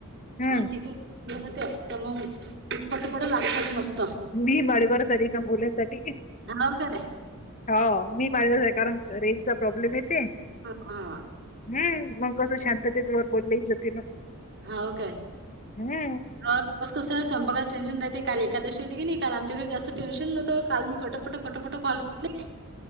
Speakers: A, on the left; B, on the right.
A: हम्म
B: आणि तिथून ते मग पटपट लागतात. मस्त.
A: मी माळेवर झाली ना बोलाण्यासाठी
B: हाव काय
A: होा मी माळेवर झा कारण रेंज चा प्रॉब्लेम येते.
B: हा हा.
A: हम् मग कसं शांततेत वर बोललेही जाते ना
B: होा काय,
A: हम्म.
B: मग. बसं कसं स्वयंपकाला टेन्शन राहते. काल एकादशी होती की नाही, काल आमच्याकडे जास्त टेन्शन नव्हतं. काल मी पटापटा, पटापटा कॉल केले.